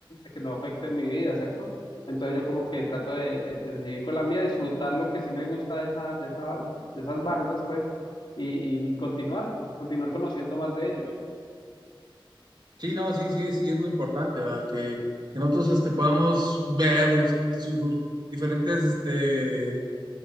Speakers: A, on the left; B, on the right.
A: que no afecte mi vida, ¿cierto? Entonces yo como que trato de, de- de seguir con la mía, disfrutar lo que sí me gusta de esa, de esa- de esas bandas, pues, y, y continuar, continuar conociendo más de ellos.
B: Sí, no, sí, sí, sí, es lo importante, ¿verdad? Que, que nosotros este, podamos ver su- sus diferentes, este,